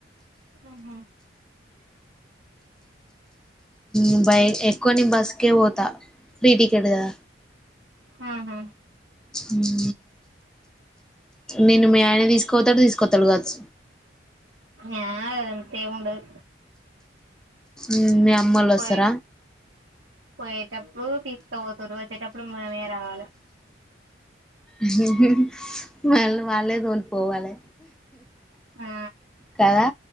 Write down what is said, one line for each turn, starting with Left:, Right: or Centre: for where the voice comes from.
Right: ఉహు
Centre: ఉమ్ బైక్ ఎక్కువ నే బస్కే పోతా ఫ్రీ టికెట్ కదా
Right: హా హ
Centre: హుమ్ నిన్ను మీ ఆయన తీసుకోతాడు తీసుకొత్తడు కాచ్
Right: ఆ అంతెమ్ ఉండదు
Centre: ఉమ్ మీ అమ్మోళ్ళు
Right: పోయే
Centre: వస్తర
Right: పోయేటప్పుడు తీసుక పోతరు వచ్చేటప్పుడు మనమే రావాలె
Centre: ఉహ్ హు వాళ్ళు వాళ్ళే తోలి పోవాలె
Right: ఆ
Centre: కదా